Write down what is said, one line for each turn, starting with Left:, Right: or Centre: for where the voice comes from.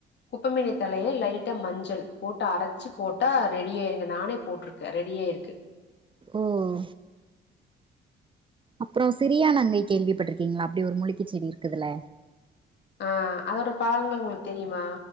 Left: குப்பமேனி தலய லைட்டா மஞ்சள் போட்டு அரச்சு போட்டா ரெடி ஆயிருங்க நானே போட்ருக்கே ரெடியாய்ருது
Right: ஓ அப்ரோ சிரியானங்கை கேள்விப்பட்டிருக்கீங்களா அப்டி ஒரு மூலிகை செடி இருக்குதுல்ல
Left: ஆ அதோட பலன்கள் உங்களுக்கு தெரியுமா